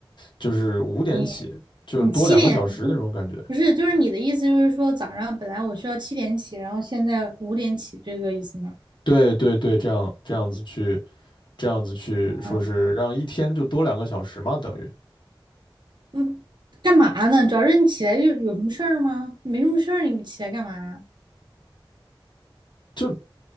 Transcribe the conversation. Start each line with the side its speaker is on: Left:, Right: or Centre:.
Left: 就是五点起，
Right: 你你七点
Left: 就多两个小时那种感觉。
Right: 不是，就是你的意思就是说早上本来我需要七点起，然后现在五点起，这个意思吗？
Left: 对对对，这样这样子去，这样子去说是让一天就多两个小时嘛，
Right: 啊，
Left: 等于
Right: 嗯，干嘛呢？主要是你起来就有什么事儿吗？没什么事儿，你起来干嘛呀？
Left: 就